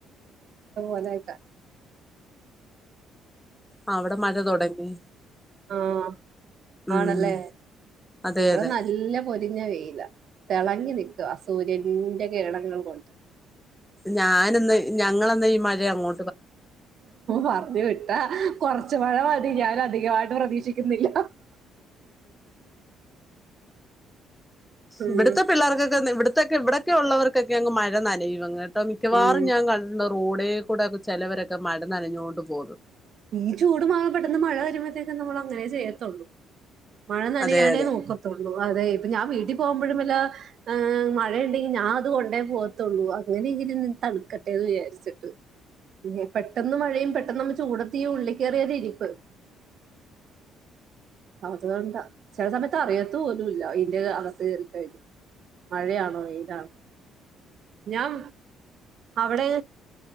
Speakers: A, on the right; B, in the centre.
A: അലലക്ക
B: ആ അവിടെ മഴ തുൊടങ്ങി
A: ആഹ
B: ഉം
A: ആണല്ലേ
B: അതെ
A: ഇവിടെ
B: അതെ
A: നല്ല പൊരിഞ്ഞ വെയില തിളങ്ങി നക്കുക സൂര്യറെ കേരളങ്ങളും കൊണ്ട്ണ്ട്
B: ഞാനന്ന് ഞങ്ങള ഈരെ അങ്ങോ്
A: പറഞ്ഞു വിട്ടാ കൊറച്ച മഴ മതി ഞും അധികമായിട്ട പ്രതീക്ഷിക്കുന്നില്ല ഉം
B: ഇവിടത്തെ പിള്ളേർക്കൊക്കെ ഇവിടുത്തെ ഇത്തൊക്കെ ഇവിടൊക്കെ ഉവർക്കൊക്കെ അങ് മഴ നനയുംുംങ്ങ് മിക്കവാറും
A: ഉം
B: ഞാൻ കണ്ട റോഡേ കൂടെൊക്കെ ചിലവരൊക്കെ മഴ നനഞ്ഞുകൊണ്ട് പോകുന്നു
A: ഈ ചൂട് മാ പെട്ടെന്ന് മഴ വരുമ്പത്തേക്ക് നമ്മള് അങ്ങനെ ചെയ്യത്തുള്ളൂ മഴ നനയാനേ
B: അതെ അതെ
A: നോക്കതൊ അതെ ഇപ്പ ഞാൻ വീട്ടിൽ പോകുമ്പോഴും എല്ല മഴയണ്ടെങ്കിൽ ഞാൻ അത് കൊണ്ട പോകത്തുള്ളൂ അങ്ങനെയെങ്കിലും തണുക്കട്ടെന്ന് വിചാരിച്ചിട്ട് പെട്ടെന്ന് മഴ പെട്ടെന്ന് നമ്മ ചൂട് തീ ഉളളി കയറിയോരി ഇരിപ്പ് അതു കൊണ്ട ചില സമയത്ത് അറിയാതുപോലുമില്ല ഇതിന്റെ അകത്ത് കയറിക്കഴിഞ്ഞ മഴയാണോ വെയിലാണോ ഞാൻ അവിടെ